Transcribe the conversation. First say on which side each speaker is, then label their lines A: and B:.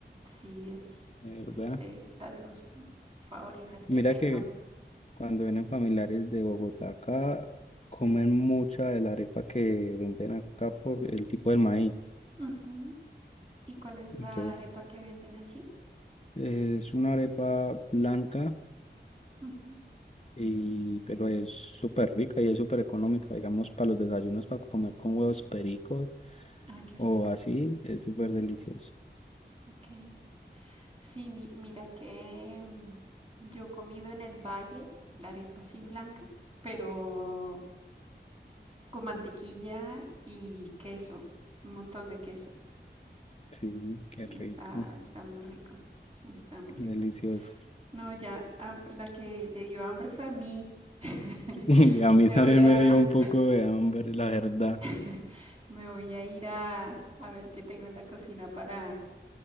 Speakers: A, on the right; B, on the left.
A: Sí, es,
B: De
A: es
B: verdad.
A: de las dos f- favoritas
B: Mira
A: que tengo.
B: que Cuando vienen familiares de Bogotá acá, comen mucha de la arepa que venden acá por el tipo del maíz.
A: Ujú. ¿Y cuál es la
B: Entonces,
A: arepa que venden allí?
B: es una arepa blanca,
A: Ujú.
B: y, pero es súper rica y es súper económica. Digamos, para los desayunos, para comer con huevos pericos
A: Ah, qué rico.
B: o así, es súper delicioso.
A: Ok. Sí, mi- mira que mm, yo he comido en el valle la arepa así blanca, pero con mantequilla y queso, un montón de queso.
B: Sí, qué
A: y
B: rico,
A: está, está muy rico, está muy rico.
B: delicioso. <laughs>
A: No, ya, am- la que le dio hambre fue a mí. <laughs>
B: Y a mí
A: Te
B: también
A: voy a,
B: me dio un poco de hambre, la verdad.
A: <laughs> me voy a ir a, a ver qué tengo en la cocina para,